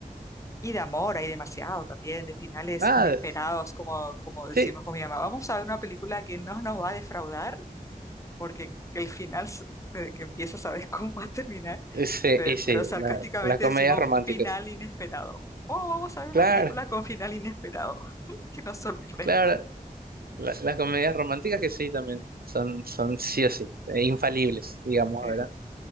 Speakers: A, on the left; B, on the right.
A: Y de amor hay demasiado también, de finales
B: Ah,
A: inesperados, como, como decimos
B: sí,
A: con mi mamá. Vamos a ver una película que no nos va a defraudar porque el final, s- desde que empieza, sabes <laughs> cómo va a terminar,
B: ese
A: pero,
B: ese
A: pero sarcásticamente
B: la- las comedias
A: decimos
B: románticas.
A: final inesperado. Oh, vamos a ver una
B: Claro,
A: película con final inesperado, <laughs> que nos sorprenda.
B: claro. la- las comedias románticas que sí también son, son sí o sí, eh, infalibles, digamos,
A: Eh,
B: ¿verdad?